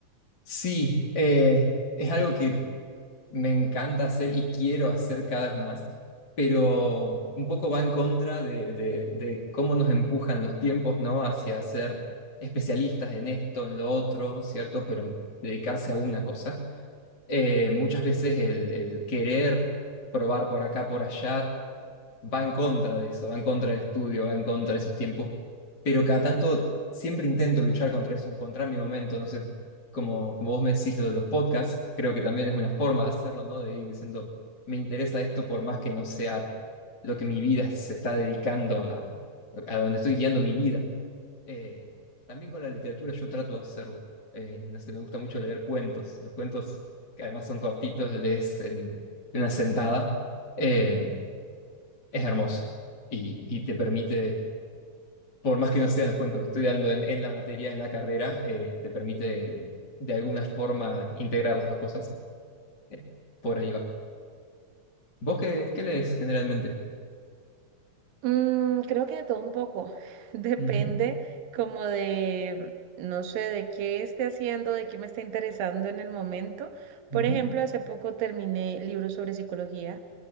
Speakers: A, on the left; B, on the right.
A: Sí, eh, es algo que me encanta hacer y quiero hacer cada vez más, pero un poco va en contra de, de- de cómo nos empujan los tiempos, ¿no? Hacia ser especialistas en esto, en lo otro, ¿cierto? Pero dedicarse a una cosa. Eh, muchas veces el, el querer probar por acá, por allá, va en contra de eso, va en contra del estudio, va en contra de esos tiempos, pero cada tanto siempre intento luchar contra eso, encontrar mi momento, no sé, como, como vos me decís lo de los podcasts, creo que también es una forma de hacerlo, ¿no? De ir diciendo, me interesa esto por más que no sea lo que mi vida se está dedicando a, a donde estoy guiando mi vida. Eh, también con la literatura yo trato de hacerlo. Eh, no sé, me gusta mucho leer cuentos. Los cuentos, que además son cortitos, los lees en en una sentada. Eh, es hermoso y, y te permite, por más que no sean los cuentos que estoy dando en, en la materia, en la carrera, eh, te permite mm, de alguna forma integrar las dos cosas. Eh, por ahí va. ¿Vos qué, qué lees generalmente?
B: Mm, creo que de todo un poco. <laughs> Depende
A: Ujú,
B: como de, no sé, de qué esté haciendo, de qué me está interesando en el momento. Por
A: ujú.
B: ejemplo, hace poco terminé libros sobre psicología.